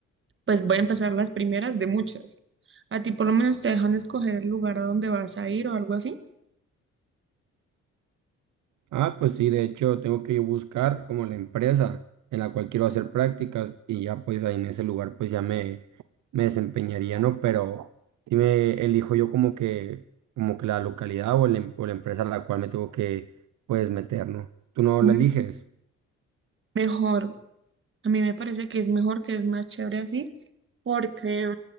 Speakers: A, on the right; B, on the right.
A: pues voy a empezar las primeras de muchas. ¿A ti por lo menos te dejan escoger el lugar a donde vas a ir o algo así?
B: Ah, pues sí, de hecho tengo que yo buscar como la empresa en la cual quiero hacer prácticas y ya pues ahí en ese lugar pues ya me, me desempeñaría, ¿no? Pero si me elijo yo como que, como que la localidad o la, em- o la empresa a la cual me tengo que pues meter, ¿no? Tú no
A: Mm.
B: la eliges.
A: Mejor. A mí me parece que es mejor, que es más chévere así, porque